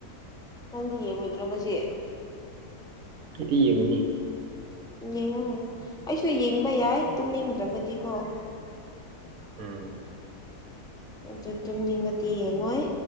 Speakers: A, in the centre; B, on the right.
A: ꯅꯪꯗꯤ ꯌꯦꯡꯉꯣꯏꯗ꯭ꯔꯣ ꯉꯁꯦ
B: ꯑꯩꯗꯤ ꯌꯦꯡꯉꯅꯤ
A: ꯌꯦꯡꯉꯨ ꯑꯩꯁꯨ ꯌꯦꯡꯕ ꯌꯥꯏ ꯇꯨꯝꯅꯤꯡꯗ꯭ꯔꯒꯗꯤꯀꯣ <inaudible>
B: ꯎꯝ
A: ꯑꯗꯨ ꯇꯨꯅꯤꯡꯉꯗꯤ ꯌꯦꯡꯉꯣꯏ